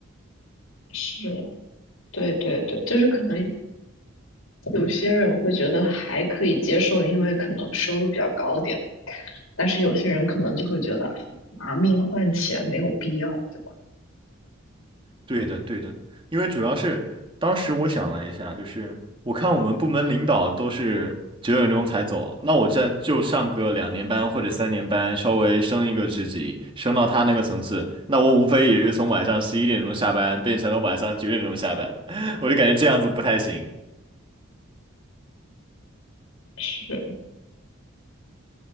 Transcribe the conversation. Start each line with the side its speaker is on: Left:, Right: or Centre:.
Left: 是，对对对，就是可能。有些人会觉得还可以接受，因为可能收入比较高点，但是有些人可能就会觉得拿命换钱没有必要，对吧？
Right: 对的，对的，因为主要是当时我想了一下，就是我看我们部门领导都是九点钟才走，那我再就上个两年班或者三年班，稍微升一个职级，升到他那个层次，那我无非也就从晚上十一点钟下班变成了晚上九点钟下班，<laughs> 我就感觉这样子不太行。
Left: 是，